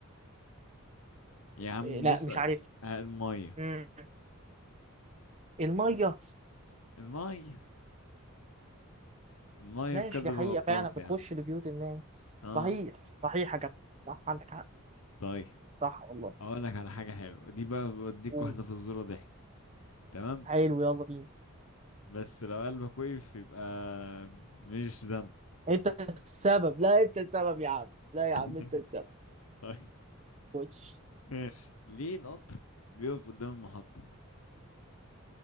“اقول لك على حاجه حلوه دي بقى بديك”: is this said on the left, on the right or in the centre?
Left